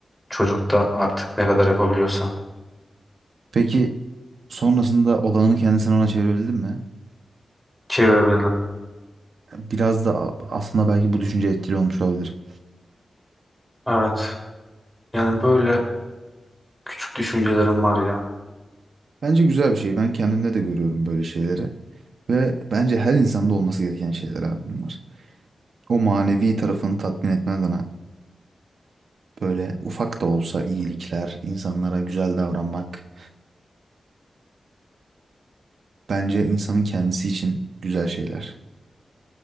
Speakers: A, in the centre; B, on the right (about 75°).
A: Çocuk da artık ne kadar yapabiliyorsa
B: Peki sonrasında odağını kendisine ona çevirebildin mi?
A: çevirebildim.
B: Biraz da a- aslında belki bu düşünce etkili olmuş olabilir.
A: Evet. Yani böyle küçük düşüncelerim var ya.
B: Bence güzel bir şey. Ben kendimde de görüyorum böyle şeyleri. Ve bence her insanda olması gereken şeyler abi bunlar. O manevi tarafını tatmin etmen adına böyle ufak da olsa iyilikler, insanlara güzel davranmak bence insanın kendisi için güzel şeyler.